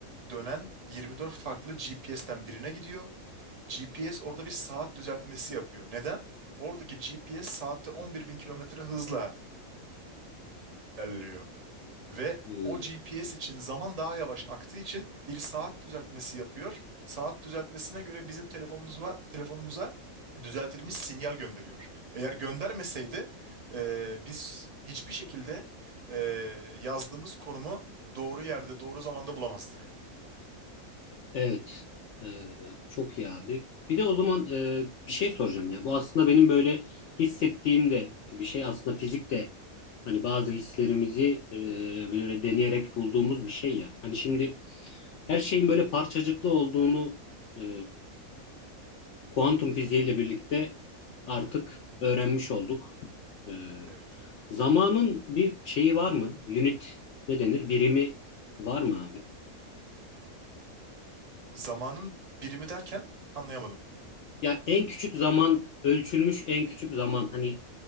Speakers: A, on the right (about 35°); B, on the left (about 65°).
A: dönen 24 farklı GPS'ten birine gidiyor. GPS orada bir saat düzeltmesi yapıyor. Neden? Oradaki GPS saatte 11 bin kilometre hızla ilerliyor. Ve
B: Hı.
A: o GPS için zaman daha yavaş aktığı için bir saat düzeltmesi yapıyor. Saat düzeltmesine göre bizim telefonumuza, telefonumuza düzeltilmiş sinyal gönderiyor. Eğer göndermeseydi e, biz hiçbir şekilde e, yazdığımız konumu doğru yerde, doğru zamanda bulamazdık.
B: Evet. Ee, çok iyi abi. Bir de o zaman e, bir şey soracağım ya. Bu aslında benim böyle hissettiğim de bir şey aslında fizik de hani bazı hislerimizi e, böyle deneyerek bulduğumuz bir şey ya. Hani şimdi her şeyin böyle parçacıklı olduğunu e, kuantum fiziğiyle birlikte artık öğrenmiş olduk. E,
A: Evet.
B: zamanın bir şeyi var mı? Unit ne denir? Birimi var mı abi?
A: Zamanın birimi derken anlayamadım.
B: Ya en küçük zaman ölçülmüş en küçük zaman hani